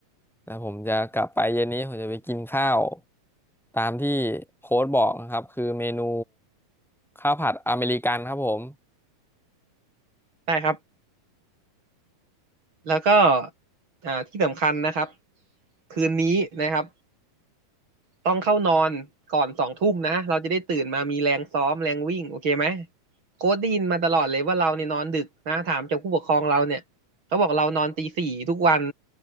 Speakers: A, in the centre; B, on the right (about 30°).
A: แต่ผมจะกลับไปเย็นนี้ผมจะไปกินข้าวตามที่โค้ดบอกนะครับคือเมนูข้าวผัดอเมริกันครับผม
B: ได้ครับแล้วก็อ่าที่สำคัญนะครับคืนนี้นะครับ ต้องเข้านอนก่อนสองทุ่มนะเราจะได้ตื่นมามีแรงซ้อมแรงวิ่งโอเคไหมโค้ชได้ยินมาตลอดเลยว่าเราเนี่ยนอนดึกนะถามจากผู้ปกครองเราเนี่ยเขาบอกเรานอนตีสี่ทุกวัน